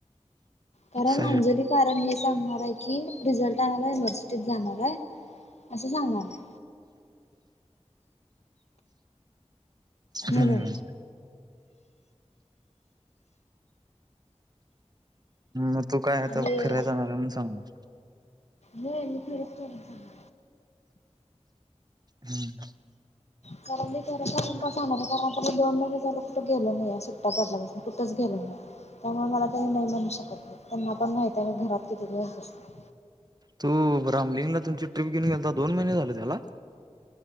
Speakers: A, on the left; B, on the right.
A: कारण
B: सही.
A: अंजली कारण हे सांगणार आहे. की रिझल्ट आणाला युनिव्हर्सिटीत जाणार आहे, असं सांगणार आहे. म्हणून
B: हम्म मग तू काय आता
A: आणि
B: फिरायला जाणार आहे. म्हणून सांगणार.
A: होय मी फिरायचं कारण सांगणार.
B: हम्म
A: कारण मी खरं सांगून का जाणार आहे, कारण आता मी दोन महिने झाले कुठे गेली नाहीय सुट्ट्या पडल्यापासून कुठेच गेले नाहीय. त्यामुळे मला ते नाही म्हणू शकत नाही, त्यांना पण माहिती आहे मी घरात किती दिवस बसले
B: तू राामलिंगला तुमची ट्रीप घेऊन गेलता दोन महिने झाले त्याला?